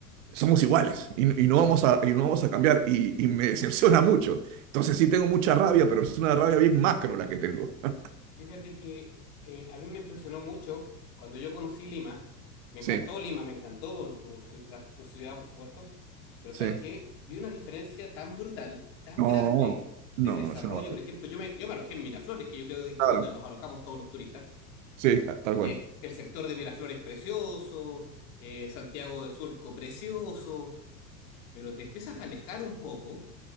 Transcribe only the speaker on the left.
Fíjate que eh, a mí me impresionó mucho cuando yo conocí Lima. Me
encantó Lima, me encantó tu, ci- la- tu ciudad, por supuesto. Pero
¿sabes qué? Vi una diferencia tan brutal, tan
grande
de desarrollo.
Por ejemplo, yo me, yo me alojé en Miraflores, que yo creo que
es donde nos alojamos todos los turistas
que el sector de Miraflores precioso, eh, Santiago de Surco precioso, pero te empiezas a alejar un poco,